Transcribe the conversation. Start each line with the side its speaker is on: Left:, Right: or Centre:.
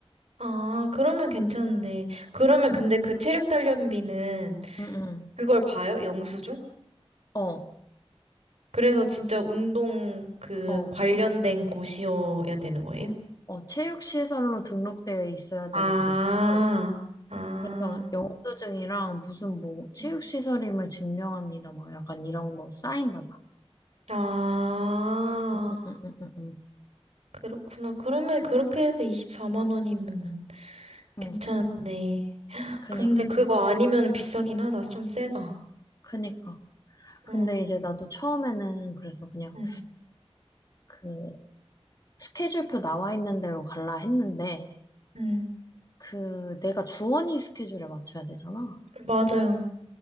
Right: 아, 그러면 괜찮은데. 그러면
Left: 응,
Right: 근데 그 체력 단련비는
Left: 응, 응.
Right: 그걸 봐요? 영수증?
Left: 어,
Right: 그래서 진짜 운동 그
Left: 어,
Right: 관련된 곳이어야 되는 거예요?
Left: 어, 체육시설로 등록되어 있어야
Right: 아,
Left: 되는 곳이고
Right: 아,
Left: 그래서 영수증이랑 무슨 뭐 체육시설임을
Right: 음.
Left: 증명합니다. 뭐 약간 이런 거 사인 받아.
Right: 아,
Left: 응, 응, 응, 응, 응.
Right: 그렇구나. 그러면 그렇게 해서 24만 원이면
Left: 응.
Right: 괜찮은데.
Left: 그니까,
Right: 근데 그거 아니면 비싸긴 하다. 좀 세다.
Left: 그니까. 근데
Right: 응,
Left: 이제 나도 처음에는 그래서 그냥
Right: 응,
Left: 그 스케줄표 나와 있는 대로 갈라 했는데,
Right: 응.
Left: 그 내가 주원이 스케줄에 맞춰야 되잖아.
Right: 맞아요.